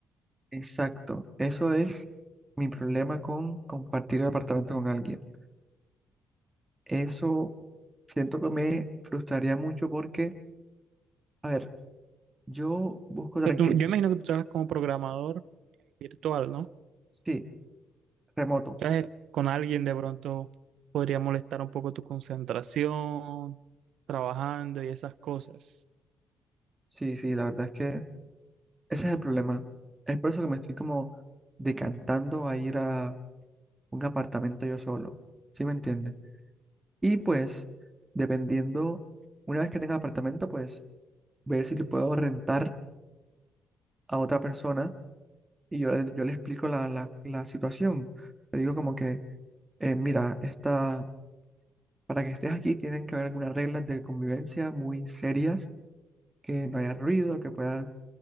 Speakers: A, on the right; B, on the right.
A: Exacto, eso es mi problema con compartir el apartamento con alguien. Eso siento que me frustraría mucho porque, a ver, yo busco
B: O
A: tranquilidad.
B: sea, tú- yo imagino que tú trabajas como programador virtual, ¿no?
A: Sí, remoto.
B: Entonces, con alguien de pronto podría molestar un poco tu concentración, trabajando y esas cosas.
A: Sí, sí, la verdad es que ese es el problema. Es por eso que me estoy como decantando a ir a un apartamento yo solo. ¿Sí me entiendes? Y pues, dependiendo, una vez que tenga apartamento, pues ver si le puedo rentar a otra persona y yo, le- yo le explico la, la, la situación. Le digo como que, eh, mira, esta, para que estés aquí tienen que haber algunas reglas de convivencia muy serias, que no haya ruido, que puedas,